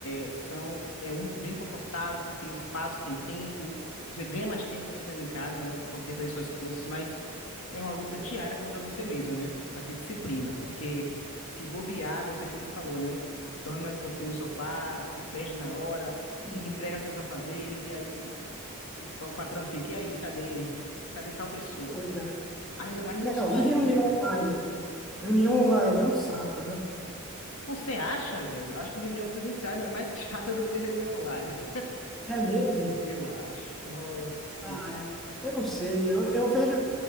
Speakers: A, on the left; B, in the centre.
A: É, são, é um bem confortável, você tem espaço, tem tempo, você ganha mais tempo, né, estando em casa, né, para poder fazer suas coisas, mas é uma luta diária contra você mesmo, né? Para ter disciplina, porque se bobear, você, como falou, né, dorme mais um pouquinho no sofá, se perde na hora,
B: Sim.
A: não entrega seus afazeres, e aí o patrão fica, e aí, cadê? Cadê tal pessoa?
B: Pois é.
A: Ainda mais no
B: Não,
A: nosso país,
B: e reunião
A: né, cara?
B: online? Reunião online é um saco, né?
A: Pô, Você acha, velho? Eu Acho que reunião presencial é mais <laughs> chata do que reunião online.
B: É mesmo?
A: Eu acho. Nossa senhora.
B: Ah, é. Eu não sei. Eu, eu vejo.